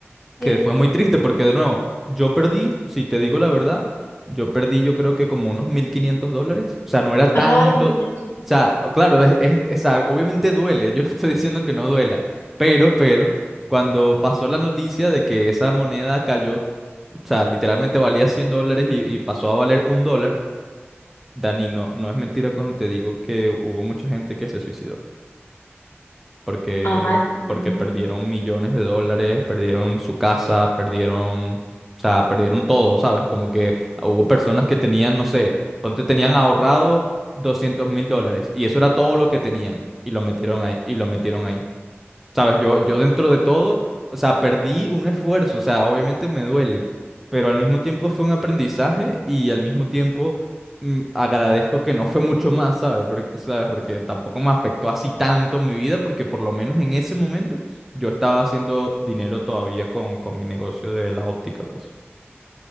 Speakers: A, in the centre; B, on the left.
A: que
B: Sí.
A: fue muy triste porque de nuevo, yo perdí, si te digo la verdad, yo perdí yo creo que como unos 1.500 dólares, o sea, no era tanto,
B: Ay, no manches.
A: o sea, claro, es, es- o sea, obviamente duele, yo no estoy diciendo que no duela, pero, pero, cuando pasó la noticia de que esa moneda cayó, o sea, literalmente valía 100 dólares y, y pasó a valer un dólar, Dani, no, no es mentira cuando te digo que hubo mucha gente que se suicidó porque,
B: Ay, no.
A: porque perdieron millones de dólares, perdieron su casa, perdieron, o sea, perdieron todo, ¿sabes? Como que hubo personas que tenían, no sé, ponte, tenían ahorrado doscientos mil dólares y eso era todo lo que tenían y lo metieron ahí, y lo metieron ahí. ¿Sabes? Yo, yo dentro de todo, o sea, perdí un esfuerzo, o sea, obviamente me duele, pero al mismo tiempo fue un aprendizaje y al mismo tiempo mm, agradezco que no fue mucho más, ¿sabes? Porque, ¿sabes? Porque tampoco me afectó así tanto en mi vida, porque por lo menos en ese momento yo estaba haciendo dinero todavía con, con mi negocio de la óptica, pues.